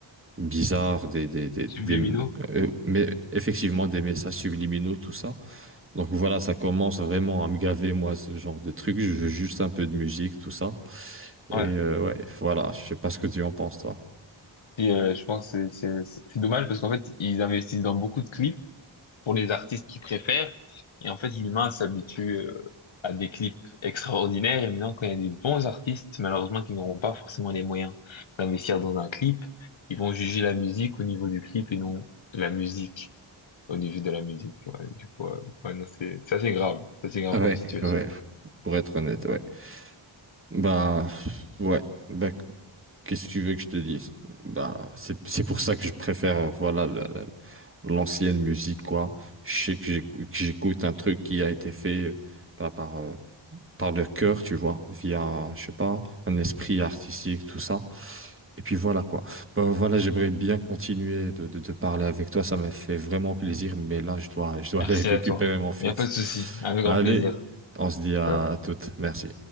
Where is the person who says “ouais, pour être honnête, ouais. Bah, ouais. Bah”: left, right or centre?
Right